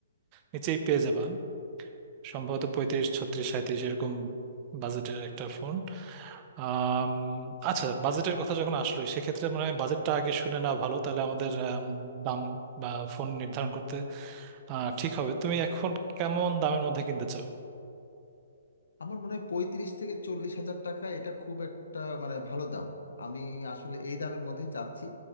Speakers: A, on the right; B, on the left.
A: নিচেই পেয়ে যাবা সম্ভবত পঁয়ত্রিশ ছত্রিশ সাঁইত্রিশ এরকম বাজেটের একটা ফোন আম, আচ্ছা বাজেটের কথা যখন আসলো সেক্ষেত্রে মানে বাজেটটা আগে শুনে না ভালো তাহলে আমাদের আম, দাম বা ফোন নির্ধারণ করতে আহ, ঠিক হবে তুমি এখন কেমন দামের মধ্যে কিনতে চাও
B: আমার মনে হয় পঁয়ত্রিশ থেকে চল্লিশ হাজার টাকা এটা খুব একটা মানে ভালো দাম আমি আসলে এই দামের মধ্যেই চাচ্ছি